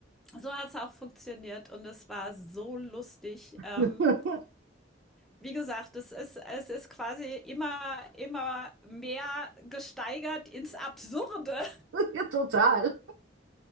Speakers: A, in the centre; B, on the right.
A: so hat es auch funktioniert und es war so lustig.
B: <laughs>
A: Ähm, wie gesagt, es ist, es ist quasi immer, immer mehr gesteigert ins Absurde.
B: Ja, total.